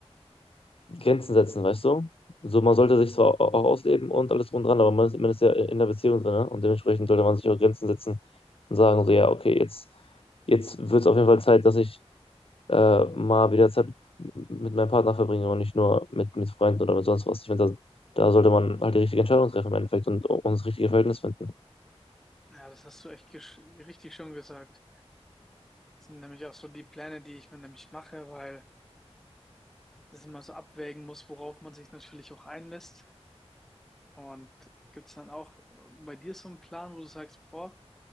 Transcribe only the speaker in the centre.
Ja, das hast du echt gesch- richtig schon gesagt. Das sind nämlich auch so die Pläne, die ich mir nämlich mache, weil das immer so abwägen muss, worauf man sich natürlich auch einlässt. Und gibt's dann auch äh, bei dir so einen Plan, wo du sagst, boah,